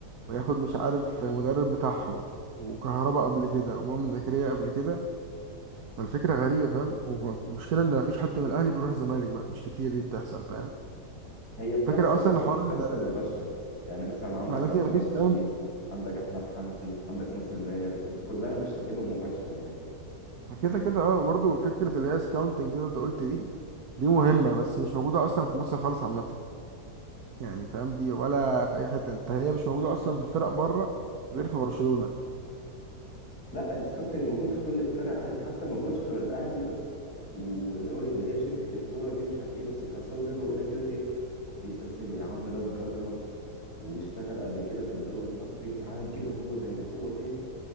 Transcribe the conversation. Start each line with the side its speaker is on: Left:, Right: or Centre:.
Right: وياخد مش عارف المدرب بتاعهم وكهربا قبل كده ومؤمن زكريا قبل كده الفكرة غريبة فاهم والمشكلة إن مفيش حد من الأهلي بيروح الزمالك بقى مش كتير دي بتحصل فاهم
Left: هي بتحصل
Right: فكرة أصلا
Left: بس
Right: حوار
Left: مش بتحصل
Right: إن-
Left: مباشرة يعني مثلا عندك
Right: ما لازم
Left: عبد
Right: يبقى
Left: الله
Right: فيه
Left: السعيد
Right: سكاونت
Left: عندك احمد حمدي عندك ناصر ماهر بس كلها مش لعيبة مباشرة يعني
Right: كده كده أه وبرضه فكرة اللي هي سكاونتنج دي اللي أنت قلت دي دي مهمة بس مش موجودة أصلا في مصر خالص عامة يعني فاهم دي ولا في أي حتة أنت هي مش موجودة أصلا في فرق بره غير في برشلونة
Left: لا السكاوتنج موجود في كل الفرق عادي حتى موجود في الاهلي بس واللي هو اللي هي شركة الكورة دي مش عارف ايه بس بحسهم زي ما بقول لك كده ايه بيستسهلوا يا عم ده اتجرب واشتغل قبل كده في الدوري المصري تعال نجيبه هو زي ما هو تاني